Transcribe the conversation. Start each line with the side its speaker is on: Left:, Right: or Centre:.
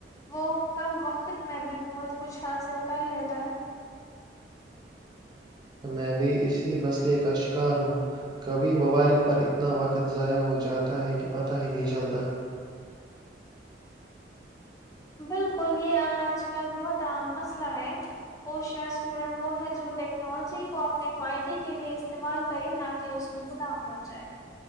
Left: وہ کم وقت میں بھی بہت کچھ حاصل کر لیتا ہے
Right: میں بھی اسی مسئلے کا شکار ہوں کبھی موبائل پر اتنا وقت ضائع ہو جاتا ہے کہ پتہ ہی نہیں چلتا
Left: ہ بالکل یہ آج کل بہت عام مسئلہ ہے ہو شیار اسٹوڈنٹ وہ ہے جو ٹیکنالوجی کو اپنے فائدے کے لیے استعمال کرے نہ کہ اس کو غلام بن جائے